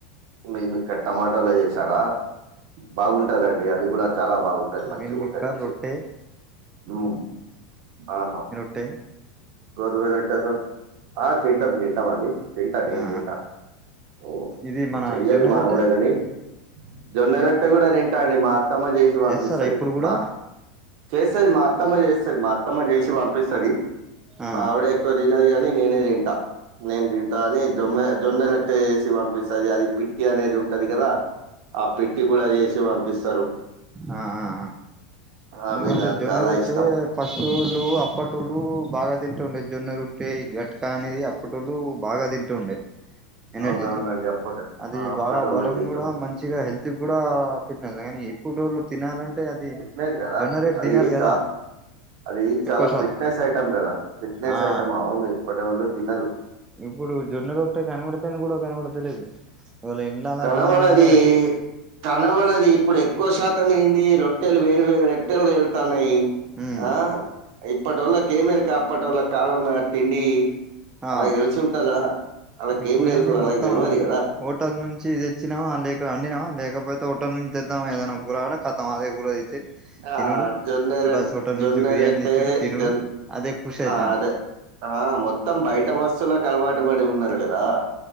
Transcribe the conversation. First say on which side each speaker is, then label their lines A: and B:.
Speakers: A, on the right (about 55°); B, on the right (about 15°).
A: మిల్మికర్ టమాటోలో చేసారా బాగుంటదండి అది కూడా చాలా బాగుంటుది మంచి
B: మిల్ మిక్కర్
A: ఉంటది ఇచ్చి
B: రొట్టె
A: ఊ ఆహా
B: టే
A: గోరువేలుట్టకూ ఆ తింటాం తింటాం అండి తింటా నేను
B: ఆ
A: తింటా ఓ
B: ఇది మన
A: చెయ్యదు
B: జొన్న
A: మావిడ
B: రొట్టె
A: గాని జొన్నరట్ట కూడా తింటా అండి మా అత్తమ్మ చేసి పంపిస్తాది
B: చేస్తారా ఇప్పుడు కూడా
A: మా చేస్తుంది మా అత్తమ్మ చేస్తుంది మా అత్తమ్మ చేసి పంపిస్తుంది
B: ఆ
A: మా ఆవిడే ఎకొ తినది గాని నేనే తింటా నేను తింటా అని జొన్ జొన్న రోట్టే చెసి పంపిస్తది అది పిట్టి అనేది ఉంటది కదా ఆ పిట్టి కూడా చేసి పంపిస్తారు
B: ఆ ఆ ఆ ఎందుకంటే
A: అవి నాకు
B: జొన్న
A: చాలా
B: రొట్టె
A: ఇష్టం.
B: ఫస్టోళ్లు అప్పటోళ్ళు బాగా తింటూ ఉండే జొన్న రొట్టె ఈ గట్టకా అనేది అప్ అప్పటోలు బాగా తింటూ ఉండే ఎనర్జీతోని
A: అవునవునండి. అప్పటి
B: అది
A: ఆ అప్పటోళ్ళు
B: బాగా బలం
A: తింటరు.
B: కూడా మంచిగా హెల్త్ ఇది కూడా పెట్న కానీ ఇప్పటోళ్ళు తినాలంటే అది
A: లేదు కదా
B: జొన్న రొట్టె
A: అది
B: తినరు కదా
A: చార్ అది చాలా
B: ఎక్కువ శాతం
A: ఫిట్నెస్ ఐటం కదా ఫిట్నెస్
B: ఆ
A: ఐటం అవును ఇప్పటోళ్ళు తినరు
B: ఇప్పుడు జొన్న రొట్ట కనబడతను కూడా కనబడతలేదు ఇవాళ ఇండ్ల అలా
A: కనబడది
B: చూడాలంటే
A: కనవడది ఇప్పుడు ఎక్కువ శాతం ఏంది రొట్టెలు వేరు వేరు రొట్టెలు దేళ్తాన్నాయి
B: ఉమ్
A: ఆ ఇప్పటోళ్లకు ఏం ఎరుక అప్పటోల కాలం నాటి తిండి
B: ఆ
A: అలకి తెలిసి ఉంటదా అలాకి
B: ఇప్పుడు
A: ఏం తెలుసు
B: ఏంది
A: అలకి
B: మొత్తం
A: తెలవదు కదా
B: హోటల్ నుంచి ఇది తెచ్చినావా లేక అండినావా లేకపోతే హోటల్ నుంచి తెద్దామా ఏదైనా కూరా ఖతం అదే కూ చెట్ తినుడు
A: ఆ జొన్న రొట్
B: బస్ హోటల్
A: జొన్న
B: నుంచి బిర్యానీ
A: రొట్టె
B: తెచ్చుడు తినుడు
A: జొన్
B: అదే ఖుష అయితాంది
A: ఆ అదే ఆ మొత్తం బయట వస్సులకి అలవాటు పడి ఉన్నారు గదా